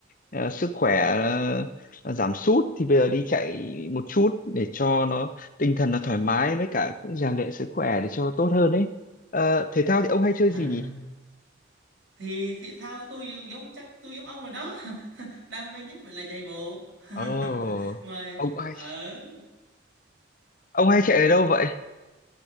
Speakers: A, on the left (about 40°); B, on the right (about 60°).
A: Ờ, sức khỏe ờ, giảm sút thì bây giờ đi chạy một chút để cho nó tinh thần nó thoải mái với cả cũng rèn luyện sức khỏe để cho tốt hơn ấy. Ờ, thể thao thì ông hay chơi
B: à.
A: gì nhỉ?
B: Thì thể thao tôi dường giống chắc tôi giống ông rồi đó. <laughs> Đam mê nhất vẫn là chạy bộ. <laughs>
A: Ồ, oh,
B: Ngoài
A: ông hay
B: ở
A: Ông hay chạy ở đâu vậy?